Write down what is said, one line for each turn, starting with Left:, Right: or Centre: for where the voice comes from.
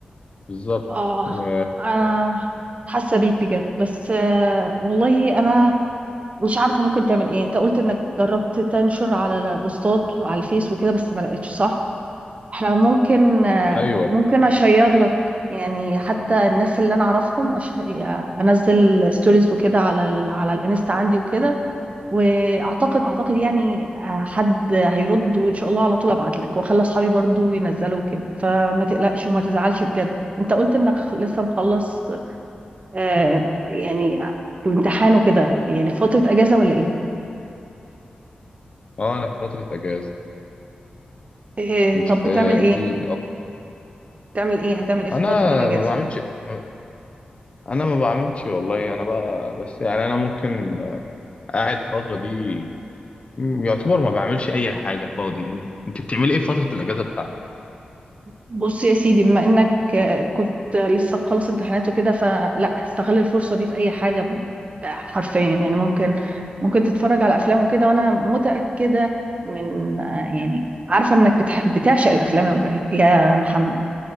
Left: بالظبط
Right: اه
Left: و...
Right: انا حاسه بيك بجد بس آه والله انا مش عارفه ممكن تعمل ايه انت قلت انك جربت تنشر على بوستات على الفيس وكده بس ما لقيتش صح احنا ممكن آه
Left: ايوه
Right: ممكن اشير لك يعني حتى الناس اللي انا اعرفهم أش... انزل ستوريز وكده على ال... على الانستا عندي وكده واعتقد اعتقد يعني آه، حد هيرد وان شاء الله على طول ابعت لك واخلي اصحابي برضو ينزلوا كده فما تقلقش وما تزعلش بجد انت قلت انك خ- لسه مخلص آه، يعني امتحان وكده يعني في فترة اجازة ولا ايه
Left: اه انا في فترة اجازة
Right: آه،
Left: انت
Right: طب
Left: في
Right: بتعمل
Left: انت
Right: ايه
Left: الأب.
Right: بتعمل ايه هتعمل ايه في
Left: انا
Right: فترة الاجازة
Left: ما بعملش ما انا ما بعملش والله انا بقى بس يعني انا ممكن قاعد الفتره دي م- يعتبر ما بعملش اي حاجه فاضي انت بتعملي ايه في فتره الاجازه بتاعتك
Right: بص يا سيدي بما انك آه، كنت لسه مخلص امتحانات وكده فلا استغل الفرصة دي في اي حاجة حرفيا يعني ممكن ممكن تتفرج على افلام وكده وانا متاكده من آه، يعني عارفه انك بتح... بتعشق الافلام يا إبراهيم يا محمد